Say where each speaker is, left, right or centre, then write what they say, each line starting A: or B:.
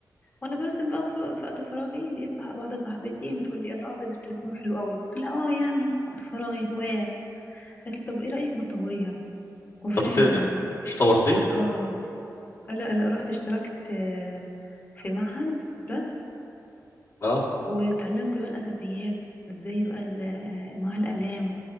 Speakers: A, on the left; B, on the left.
A: وانا برسم بقى في في وقت فراغي لقيت صح... واحدة صاحبتي بتقول لي الله ده انت بترسمي حلو قوي قلت لها اه يعني وقت فراغي هواية قالت لي طب ايه رأيك ما تطوريها وفعلا
B: طب انت مش طورتيها
A: اه لا لا رحت اشتركت آه، في معهد رسم
B: اه
A: واتعلمت بقى الأساسيات ازاي بقى ال- آه، انواع الأقلام